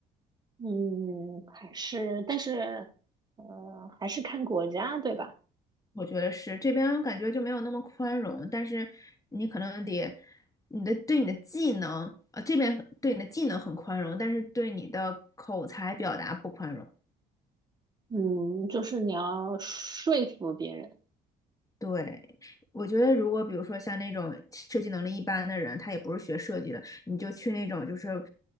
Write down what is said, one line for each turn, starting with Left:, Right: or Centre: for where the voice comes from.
Right: 嗯，还是，但是，呃，还是看国家，对吧？
Left: 我觉得是这边感觉就没有那么宽容，但是你可能得你的对你的技能啊，呃这边对你的技能很宽容，但是对你的口才表达不宽容。
Right: 嗯，就是你要说服别人。
Left: 对，我觉得如果比如说像那种设计能力一般的人，他也不是学设计的，你就去那种就是